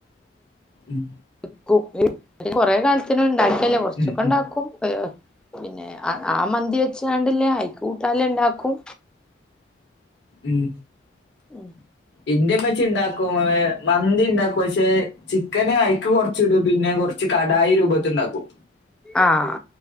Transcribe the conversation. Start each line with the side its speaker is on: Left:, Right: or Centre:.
Left: ഉം
Centre: ക്കും ഉം കൊറെ കാലത്തിന് ണ്ടാക്കിയല്ല കൊർച്ചൊക്കെണ്ടാക്കും
Left: ഉം ഉം
Centre: അയോ പിന്നെ ആ മന്തി വെച്ചാണ്ട്ല്ലേ അയ്ക്ക് കൂട്ടാല്ലേ ണ്ടാക്കും
Left: ഉം.
Centre: ഉം
Left: ഇന്റെമ്മച്ചി ണ്ടാക്കും. ഏഹ് മന്തി ണ്ടാക്. പക്ഷെ ചിക്കന് അയ്ക്ക് കൊർച്ചിടും പിന്നെ കൊർച്ച് കടായി രൂപത്ത്‌ണ്ടാക്കും.
Centre: ആഹ്